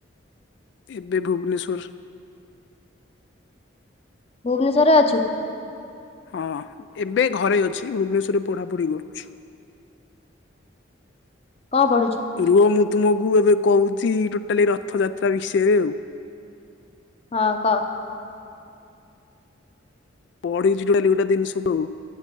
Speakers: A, on the left; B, on the left.
A: ଏବେ ଭୁବନେଶ୍ୱର।
B: ଭୁବନେଶ୍ୱରରେ ଅଛୁ।
A: ହଁ ଏବେ ଘରେ ଅଛି ଭୁବନେଶ୍ଵରରେ ପଢା ପଢି କରୁଛି।
B: କଣ ପଢୁଛୁ?
A: ରୁହ ମୁଁ ତୁମକୁ ଏବେ କହୁଛି ଟୋଟାଲି ରଥଯାତ୍ରା ବିଷୟରେ ଆଉ।
B: ହଁ କହ।
A: ପଢଛିଡେଲି ଗୋଟେ ଜିନିଷ ସବୁ।